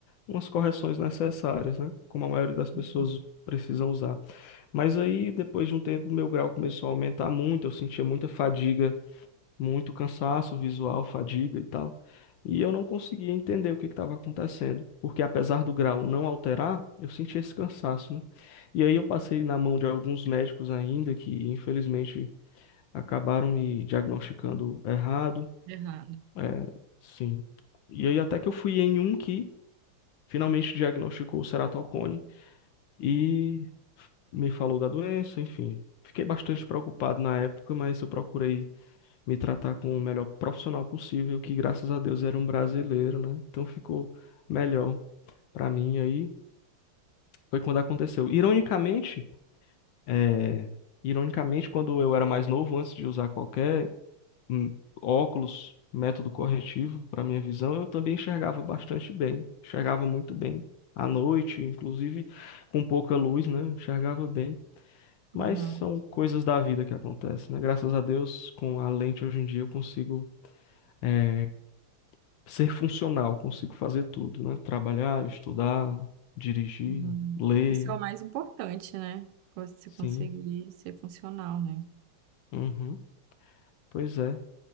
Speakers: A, on the left; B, on the right.
A: umas correções necessárias, né? Como a maioria das pessoas
B: Uhum.
A: precisam usar. Mas aí, depois de um tempo, meu grau começou a aumentar muito, eu sentia muita fadiga muito cansaço visual, fadiga e tal. E eu não conseguia entender o que estava acontecendo, porque apesar do grau não alterar, eu sentia esse cansaço, né? E aí
B: Uhum.
A: eu passei na mão de alguns médicos ainda que, infelizmente, acabaram me diagnosticando errado.
B: Errado.
A: É, sim. E aí até que eu fui em um que finalmente diagnosticou o ceratocone e me falou da doença, enfim. Fiquei bastante preocupado na época, mas eu procurei me tratar com o melhor profissional possível, que graças a Deus era um brasileiro, né? Então ficou melhor pra mim aí. Foi quando aconteceu. Ironicamente, é, ironicamente, quando eu era mais novo, antes de usar qualquer hum, óculos, método corretivo para minha visão, eu também enxergava bastante bem. Enxergava muito bem à noite, inclusive com pouca luz, né? Enxergava bem. Mas
B: Uhum.
A: são coisas da vida que acontecem, né? Graças a Deus, com a lente hoje em dia eu consigo eh, ser funcional, consigo fazer tudo, né? Trabalhar, estudar, dirigir,
B: Uhum.
A: ler,
B: Isso é o mais importante, né? Você
A: sim.
B: conseguir ser funcional, né?
A: Uhum. Pois é.